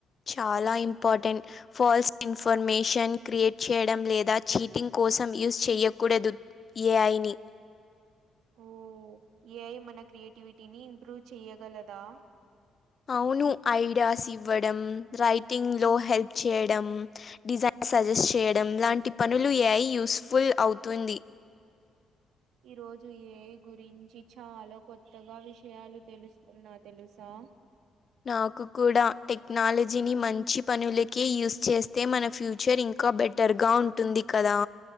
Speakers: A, on the left; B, on the right.
A: చాలా ఇంపార్టెంట్ ఫాల్స్ ఇన్ఫర్మేషన్ క్రియేట్ చేయడం లేదా చీటింగ్ కోసం యూజ్ చేయకూడదు ఏ ఐ నీ
B: ఓ ఏఐ మన క్రియేటి విటీని ఇంప్రూవ్ చేయ్యగలదా
A: అవును ఐడియాస్ ఇవ్వడం రైటింగ్ లో హెల్ప్ చేయడం డిజైన్ సజెస్ట్ చేయడం లాంటి పనులు ఏఐ యూజ్ ఫుల్ అవుతుంది
B: ఈ రోజు ఏఐ గురించి చాలా కొత్తగా విషయాలు తెలుసుకున్నా తెలుసా
A: నాకు కూడా టెక్నాలజీని మంచి పనులకే యూజ్ చేస్తే మన ఫ్యూచర్ ఇంకా బెట టర్ గా ఉంటుంది కదా